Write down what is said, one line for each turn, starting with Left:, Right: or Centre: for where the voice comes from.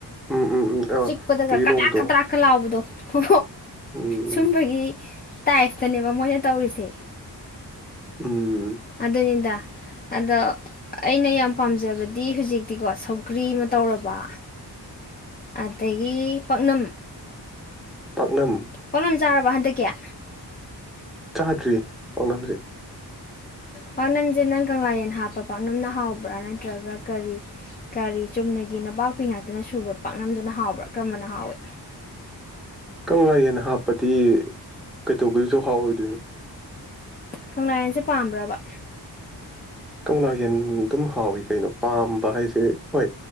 Centre: ꯎꯝ ꯎꯝ ꯎꯝ ꯑꯥ
Left: ꯆꯤꯛꯄꯗꯒ
Centre: ꯌꯦꯂꯣꯡꯗꯣ
Left: ꯀꯞꯂꯥꯛ ꯀꯞ꯭ꯔꯥꯛꯀ ꯂꯥꯎꯕꯗꯣ ꯍ
Centre: ꯎꯝ
Left: ꯁꯨꯝꯕꯒꯤ ꯇꯥꯏꯐꯇꯅꯦꯕ ꯃꯣꯏꯅ ꯇꯧꯔꯤꯁꯦ
Centre: ꯎꯝ
Left: ꯑꯗꯨꯅꯤꯗ ꯑꯗꯣ ꯑꯩꯅ ꯌꯥꯝ ꯄꯥꯝꯖꯕꯗꯤ ꯍꯧꯖꯤꯛꯇꯤꯀꯣ ꯁꯧꯒ꯭ꯔꯤ ꯑꯃ ꯇꯧꯔꯕ ꯑꯗꯒꯤ ꯄꯥꯛꯅꯝ
Centre: ꯄꯥꯛꯅꯝ
Left: ꯄꯥꯛꯅꯝ ꯆꯥꯔꯕ ꯍꯟꯗꯛꯀꯤ?
Centre: ꯆꯥꯗ꯭ꯔꯤ ꯄꯥꯛꯅꯝ ꯖꯤ
Left: ꯄꯥꯛꯅꯝꯁꯦ ꯅꯪ ꯀꯪꯂꯥ ꯌꯦꯟ ꯍꯥꯞꯄ ꯄꯥꯛꯅꯝꯅ ꯍꯥꯎꯕ꯭ꯔꯥ ꯅꯠꯇ꯭ꯔꯒ ꯀꯔꯤ ꯀꯔꯤ ꯆꯨꯝꯅꯒꯤ ꯅꯄꯥꯛꯄꯤ ꯉꯥꯛꯇꯅ ꯁꯨꯕ ꯄꯥꯛꯅꯝꯗꯨꯅ ꯍꯥꯎꯕ꯭ꯔꯥ ꯀꯔꯝꯕꯅ ꯍꯥꯎꯏ?
Centre: ꯀꯪꯂꯥꯌꯦꯟ ꯍꯥꯞꯄꯗꯤ ꯀꯩꯇꯧꯕꯩꯁꯨ ꯍꯥꯎꯔꯣꯏꯗꯣꯏꯅꯣ?
Left: ꯀꯪꯂꯥꯌꯦꯟꯁꯦ ꯄꯥꯝꯕ꯭ꯔꯕ?
Centre: ꯂꯥ ꯌꯦꯟ ꯑꯗꯨꯝ ꯍꯥꯎꯋ ꯀꯩꯅꯣ ꯄꯥꯝꯕ ꯍꯥꯏꯁꯦ ꯍꯣꯏ